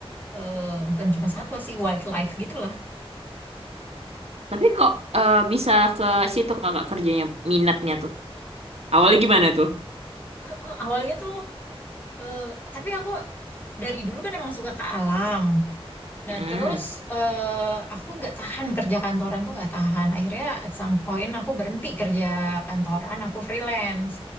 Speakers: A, on the left (about 20°); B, on the right (about 80°).
A: eh, bukan cuma satwa sih, wildlife gitu
B: Tapi kok eh, bisa ke situ Kakak kerjanya minatnya tuh? Awalnya
A: lah.
B: gimana tuh?
A: Eh, eh, awalnya tuh eh, tapi aku dari dulu kan emang suka ke alam. Nah
B: Mm.
A: terus eh, aku nggak tahan kerja kantoran tuh nggak tahan. Akhirnya at some point aku berhenti kerja kantoran, aku freelance.